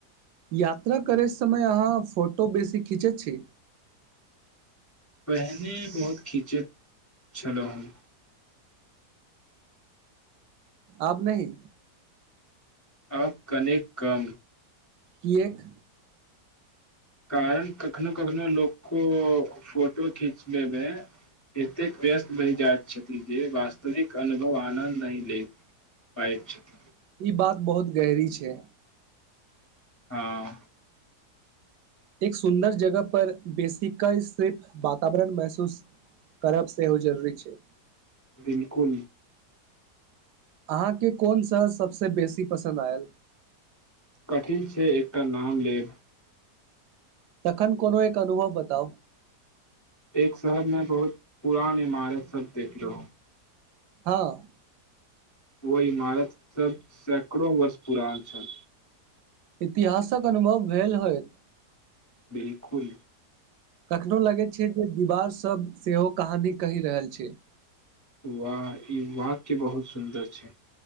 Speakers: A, on the right; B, on the left.
A: यात्रा करय समय अहाँ फोटो बेसी खीचै छी
B: पहने बहुत खिचैत छलहु
A: आब नहि
B: आब कने कम
A: किएक
B: कारण कखनो कखनो लोको फोटो खिचबैमे एतेक व्यस्त बहि जाइत छथि जे वास्तविक अनुभव आनन्द नहि ले पाबैत छथिन
A: ई बात बहुत गहरी छै
B: हँ
A: एक सुन्दर जगह पर बेसिका सिर्फ वातावरण महसूस करब सेहो जरूरी छै
B: बिलकुल
A: अहाँके कोन शहर सभसँ बेसी पसन्द आयल
B: कठिन छै एकटा नाम लेब
A: तखन कोनो एक अनुभव बताउ
B: एक शहरमें बहुत पुरान इमारत सब देखलौह
A: हँ
B: ओ इमारत सब सैकड़ो वर्ष पुरान छल
A: इतिहासक अनुभव भेल होइत
B: बिलकुल
A: कखनो लगैत छै जे दिवारस सभ सेहो कहानी कहि रहल छय
B: वाह ई वाक्य बहुत सुन्दर छै